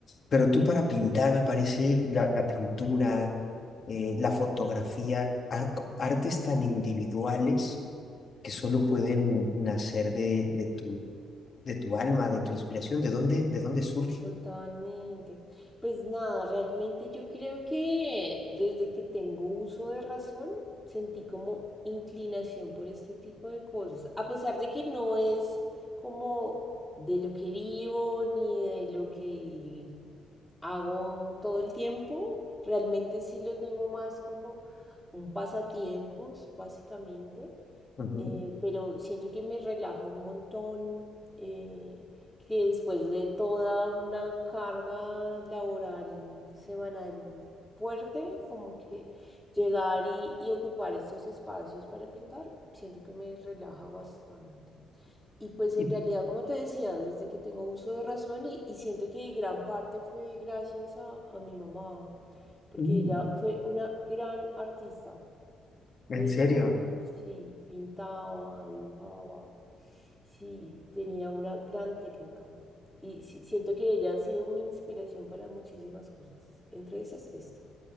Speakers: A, on the left; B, in the centre.
A: Pero tú para pintar, me parece la, la pintura, eh, la fotografía, ar- artes tan individuales que solo pueden nacer de, de tu, de tu alma, de tu inspiración, de dónde, de dónde surge.
B: Totalmente. Pues nada, realmente yo creo que desde que tengo uso de razón, sentí como inclinación por este tipo de cosas. A pesar de que no es como de lo que vivo ni de lo que hago todo el tiempo, realmente sí lo tengo más como un pasatiempos, básicamente
A: Ujú.
B: eh, pero siento que me relaja un montón, eh, que después de toda una carga laboral semanal fuerte, como que llegar y, y ocupar estos espacios para pintar, siento que me relaja bastante. Y pues
A: Y,
B: en realidad, como te decía, desde que tengo uso de razón y, y siento que gran parte fue gracias a, a mi mamá, porque
A: mm,
B: ella fue una gran artista.
A: En
B: De
A: serio.
B: hecho, sí, pintaba, dibujaba, sí, tenía una gran técnica. Y sí, siento que ella ha sido mi inspiración para muchísimas cosas, entre esas esta.